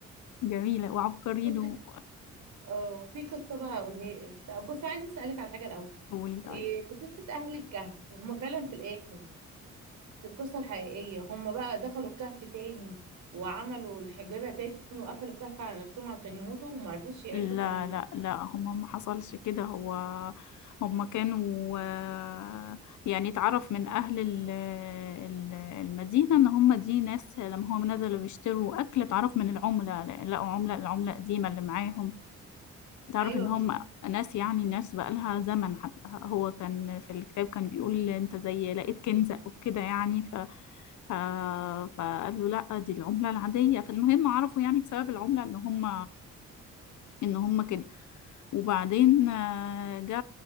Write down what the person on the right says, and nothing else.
بص اه في قصة بقى هقولها لك. طب بص عايزة اسألك على حاجة الأول
إيه في قصة أهل الكهف هما فعلا في الآخر في القصة الحقيقية هما بقى دخلوا الكهف تاني وعملوا الحجرة تاني وقفلوا الكهف على نفسهم عشان يموتوا وما عرفوش يعيشوا
في ال...
ايوه